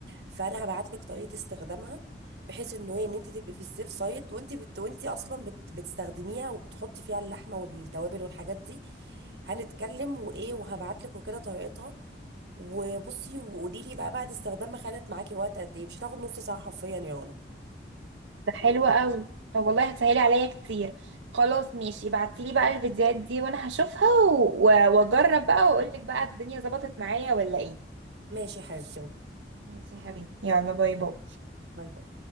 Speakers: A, on the right (about 65°); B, on the right (about 85°).
A: فانا هبعت لك طريقه استخدامها بحيث انه ايه ان انت تبقي في السيف سايد وانت بت... وانت اصلا بت... بتستخدميها وبتحطي فيها اللحمه والتوابل والحاجات دي هنتكلم وايه وهبعت لك وكده طريقتها وبصي وقولي لي بقى بعد استخدامها خدت معاكي وقت قد ايه مش هتاخد نص ساعه حرفيا يا رنا
B: <laughs> ده حلو قوي طب والله هتسهلي عليا كتير خلاص ماشي ابعتيلي بقى الفيديوهات دي وانا هشوفها و- واجرب بقى واقولك بقى الدنيا ظبطت معايا ولا ايه
A: ماشي يا حبيبتي
B: ماشي يا حبيبي يلا باي باي
A: باي باي